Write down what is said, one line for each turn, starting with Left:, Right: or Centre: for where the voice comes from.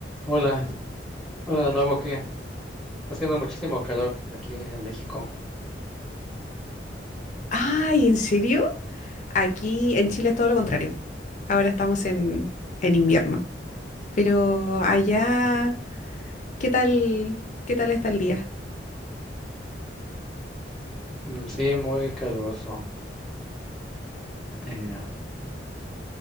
Centre: Hola, hola de nuevo, que está haciendo muchísimo calor aquí en México.
Left: Ay, ¿en serio? Aquí en Chile es todo lo contrario. Ahora estamos en, en invierno. Pero allá, ¿qué tal, qué tal está el día?
Centre: Mm, Sí, muy caluroso. Eh,